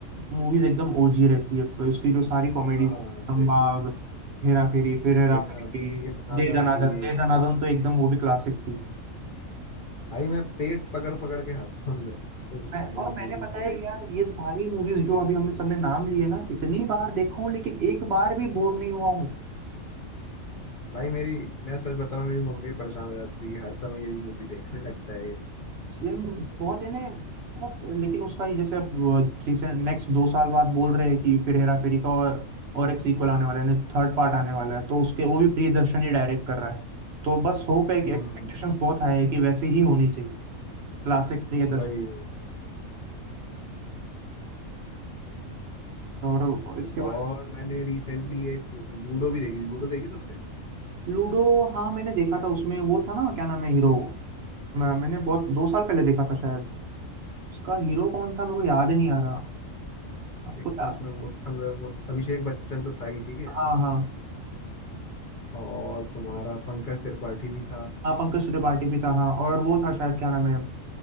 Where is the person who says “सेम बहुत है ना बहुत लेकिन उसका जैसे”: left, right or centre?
Right